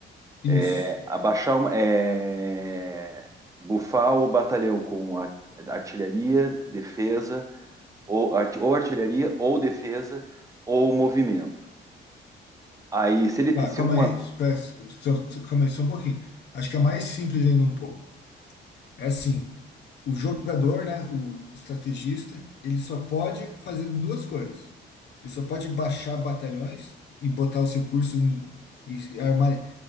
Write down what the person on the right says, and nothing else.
É, abaixar, uma- é, bufar o batalhão com a- artilharia, defesa, ou, art- ou artilharia, ou defesa, ou movimento. Aí, se ele te-
se
uma.